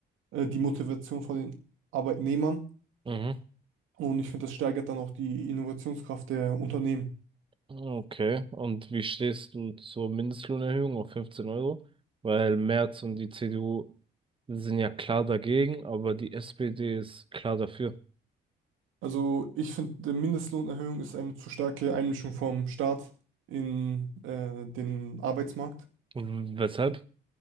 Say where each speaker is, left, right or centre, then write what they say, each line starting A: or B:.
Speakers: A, on the right; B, on the right.
A: äh, die Motivation von den Arbeitnehmern.
B: Mhm.
A: Und ich finde, das steigert dann auch die Innovationskraft der Unternehmen.
B: Okay, und wie stehst du zur Mindestlohnerhöhung auf 15 Euro? Weil Merz und die CDU sind ja klar dagegen, aber die SPD ist klar dafür.
A: Also ich finde, die Mindestlohnerhöhung ist eine zu starke Einmischung vom Staat in äh, den Arbeitsmarkt.
B: W- Weshalb?